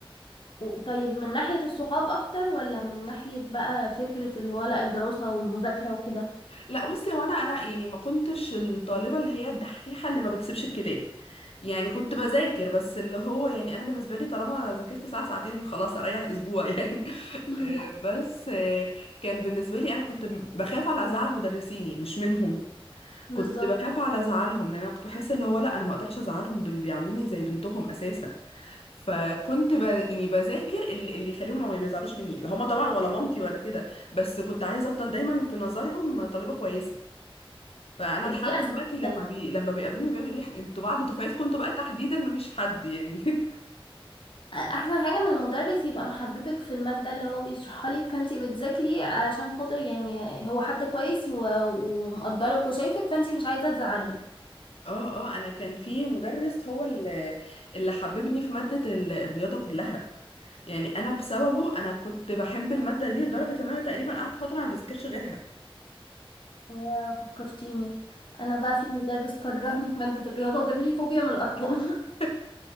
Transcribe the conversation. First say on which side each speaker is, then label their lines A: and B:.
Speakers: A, on the left; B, on the left.
A: و- طيب من ناحية الصحاب اكتر ولا من ناحية بقى فكرة اللي هو لا الدراسة والمذاكرة وكده
B: لا بصي هو انا انا يعني ما كنتش الطالبه اللي هي الدحيحه اللي ما بتسيبش الكتاب يعني كنت بذاكر بس اللي هو يعني انا بالنسبه لي طالما ذاكرت ساعه ساعتين خلاص اريح اسبوع <laughs> يعني
A: <laughs> مم.
B: آه، بس آه، كان بالنسبه لي انا كنت بخاف على ازعل مدرسيني مش منهم
A: بالظبط
B: كنت بخاف على ازعلهم لان انا كنت بحس اللي هو لا انا ما اقدرش ازعلهم دول بيعاملوني زي بنتهم اساسا فكنت ب... يعني بذاكر اللي اللي يخليهم ما يزعلوش مني لا هما طبعا ولا مامتي ولا كده بس كنت عايزه افضل دايما في نظرهم طالبه كويسه فانا
A: دي
B: لحد
A: احسن
B: دلوقتي لما
A: كده
B: بي... لما بيقابلوني بيقعدوا يقولوا لي انتوا بعد دفعتكم انتوا بقى تحديدا مفيش حد يعني <laughs>
A: احسن حاجة ان المدرس يبقى محببك في المادة اللي هو بيشرحها لك فانت بتذاكري عشان خاطر يعني هو حد كويس و- ومقدرك وشايفك فانت مش عايزة تزعليه
B: اه اه انا كان في مدرس هو اللي اللي حببني في مادة ال- الرياضة كلها يعني انا بسببه انا كنت بحب المادة دي لدرجة ان انا تقريبا قعدت فترة انا ما بذاكرش غيرها
A: يا فكرتيني انا بقى في مدرس كرهني في مادة الرياضة وجاب لي فوبيا من الارقام
B: <laughs>
A: <laughs>